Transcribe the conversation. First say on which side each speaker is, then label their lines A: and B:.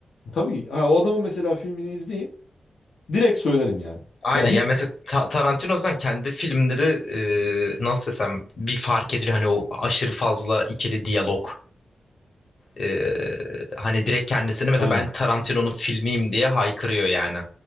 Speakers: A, on the left (about 85°); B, on the left (about 60°).
A: Tabii ha, o adamın mesela filmini izleyeyim direkt söylerim yani.
B: Aynen
A: Ya hiç
B: ya mesela Ta- Tarantino'dan kendi filmleri e, nasıl desem bir fark ediliyor hani o aşırı fazla ikili diyalog E, hani direkt kendisini mesela
A: aynen.
B: ben Tarantino'nun filmiyim diye haykırıyor yani.